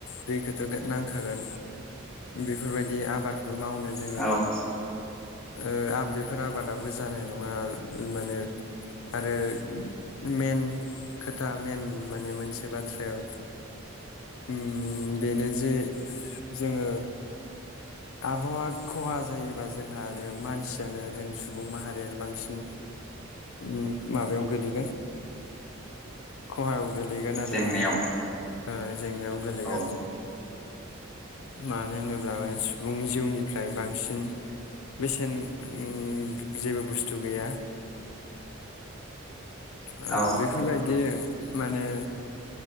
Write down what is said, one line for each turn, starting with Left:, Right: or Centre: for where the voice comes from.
Left: दैखोथो नांखागोन बे फोरबायदि आबाद बो मावनो जोङो।
Centre: औ
Left: ओयो आब बेफोर आबादाबो जानाय नङा माने आरो मेन खोथा मेन माने मोनसे बाथ्रायाव उम बेनो जे जोङो। आबहावा खहा जायोबा जोंहानो मानसियानो जों सुबुं माहारियानो बांसिन ओम माबायाव गोलैगोन खहायाव। गोलैगोन आरो
Centre: जेंनायाव
Left: ओयो जेंनायाव गोलैगोन।
Centre: औ
Left: मानो नों ब्लामे सुबुं जिउनिफ्राय बांसिन बेसेन उम जेबो बुस्थु गैया। ओम
Centre: औ
Left: बेफोरबायदि। माने